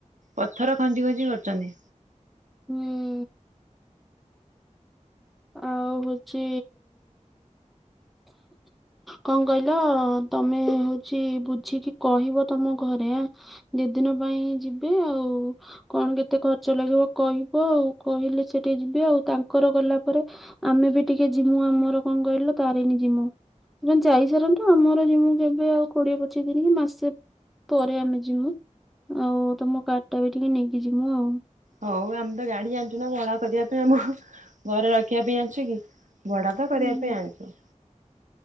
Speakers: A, on the right (about 75°); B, in the centre.
A: ପଥର ଖଞ୍ଜି ଖଞ୍ଜି କରିଛନ୍ତି।
B: ହୁଁ। ଆଉ ହଉଚି କଣ କହିଲ ତମେ ହଉଚି ବୁଝିକି କହିବ ତମ ଘରେ ଦି ଦିନ ପାଇଁ ଯିବେ ଆଉ କଣ କେତେ ଖର୍ଚ୍ଚ ଲାଗିବ କହିବେ ଆଉ। କହିଲେ ସେ ଟିକେ ଯିବେ ଆଉ ତାଙ୍କର ଗଲା ପ ତା ପରେ ଆମେ ବି ଟିକେ ଜିମୁ। ଆମର କଣ କହିଲ ତାରିଣୀ ଜିମୁ ମୁ କହିଲି ଯାଇସାରନ୍ତୁ। ଆମର ଜିମୁ କେବେ କୋଡିଏ ପଚିସ୍ ଦିନ କି ମାସେ ପରେ ଆମେ ଯିମୁ। ଆଉ ତମ କାର୍ ଟା ବି ଟିକେ ନେଇକି ଯିମୁ ଆଉ।
A: ହଉ ଆମେ ତ ଗାଡି ଜାଣିଛୁ ନା ଭଡା କରିବା ପାଇଁ। ଆମ ଘରେ ରଖିବା ପାଇଁ ଆଣିଛୁ କି? ଭଡ଼ା ତ
B: ହୁଁ
A: କରିବା ପାଇଁ ଆଣିଚୁ।